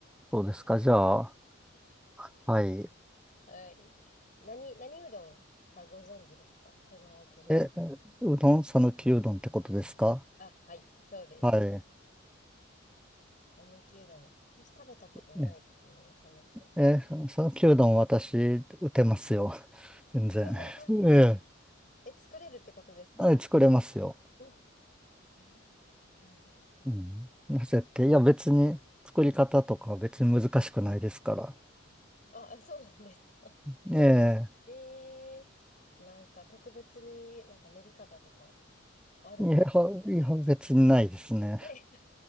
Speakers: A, in the centre; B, on the left.
A: そうですか。じゃあ、はい。
B: はい。何、何うどんかご存知ですか香川県の。
A: え、うどん、さぬきうどんってことですか
B: あ、はい、そうです。
A: は
B: 讃岐うどん。私食べたことないですね、
A: い。
B: 讃岐うどん。
A: えー、讃岐うどん私、打てますよ。<laughs> 全然。
B: え、あ、
A: <laughs> ええ
B: え、え、作れるってことですか
A: はい作れますよ。
B: お、え、なぜ
A: うん。なぜって、いや別に作り方とか別に難しくないですから。
B: あ、そうなんですか。
A: え
B: <laughs> えー、なんか特別になんか練り方とかあるのかなって。
A: えいや、いや別にないですね。
B: ね、